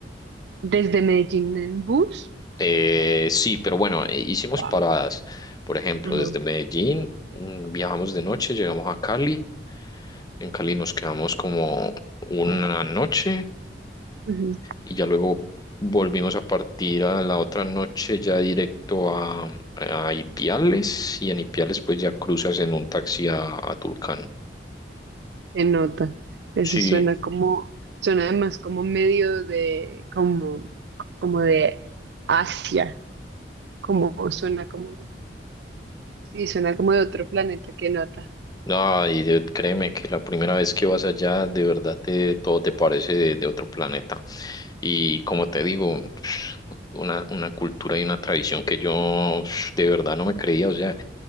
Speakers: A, on the right; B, on the left.
A: ¿Desde Medellín en bus?
B: Eh, sí, pero bueno, eh, hicimos
A: Wow.
B: paradas. Por ejemplo,
A: Ajá.
B: desde Medellín mm, viajamos de noche, llegamos a Cali. En Cali nos quedamos como una noche
A: Ujú.
B: y ya luego volvimos a partir a la otra noche ya directo a, a Ipiales y en Ipiales pues ya cruzas en un taxi a, a Tulcán.
A: Se nota. Eso
B: Sí,
A: suena como, suena además como medio de, como, como de Asia. Como suena como, sí, suena como de otro planeta. Qué nota.
B: No, y de- créeme que la primera vez que vas allá, de verdad te, todo te parece de, de otro planeta. Y como te digo, <sniffs> una, una cultura y una tradición que yo <sniffs> de verdad no me creía, o sea,